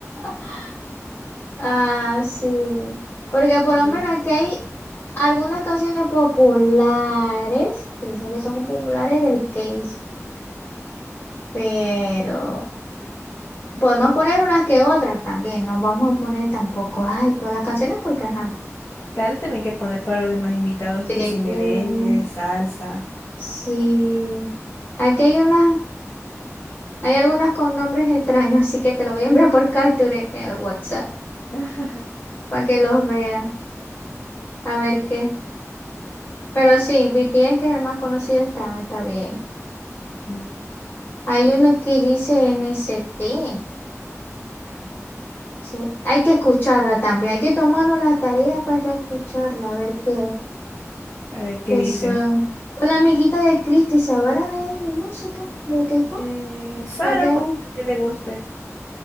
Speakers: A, on the left; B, on the left.
A: <laughs> Ah, sí. Porque por lo
B: Sí.
A: menos aquí hay algunas canciones populares que dicen que son populares del case, pero podemos poner unas que otras también. No vamos a poner tampoco, ay, todas las canciones porque, ajá.
B: Claro, también que poner para los demás invitados
A: Sí.
B: que si merengue,
A: Mm,
B: salsa.
A: sí. Aquí hay unas, hay algunas con nombres extraños, así que te lo voy a enviar por capture en el WhatsApp
B: <laughs>
A: para que los veas, a ver qué. Pero sí, BTS, que es el más conocido, está, está bien.
B: Mm.
A: Hay uno que dice NST. Sí, Hay que escucharla también. Hay que tomarnos la tarea para escucharla, a ver qué,
B: A ver qué
A: qué
B: dicen.
A: son. Con la amiguita de Cristi, ¿sabrá de, de música? ¿De K-pop?
B: Eh, Sara
A: La que hemos.
B: puede ser que le guste.